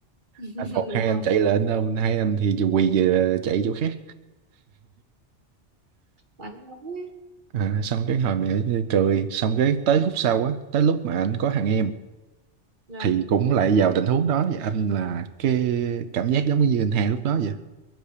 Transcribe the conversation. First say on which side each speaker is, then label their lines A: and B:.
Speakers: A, on the right; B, on the right.
A: <laughs>
B: anh một
A: đúng
B: hai
A: rồi
B: anh chạy lên đâu hai anh thì vừa quỳ vừa chạy chỗ khác
A: đáng yêu ấy.
B: à, xong cái hồi mẹ cười xong cái tới khúc sau á tới lúc mà anh có thằng em
A: Là,
B: thì cũng lại vào tình huống đó và anh là cái cảm giác giống như anh hai lúc đó vậy